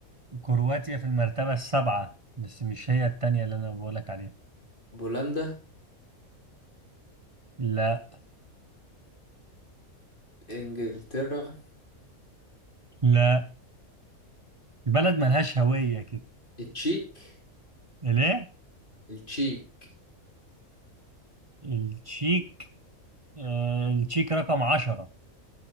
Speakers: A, on the right; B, on the left.
A: كرواتيا في المرتبة السابعة بس مش هي التانية اللي أنا بقولك عليها
B: بولندا
A: لا
B: إنجلترا
A: لا البلد ملهاش هوية كده
B: التشيك
A: ليه؟
B: التشيك
A: التشيك آه التشيك رقم عشرة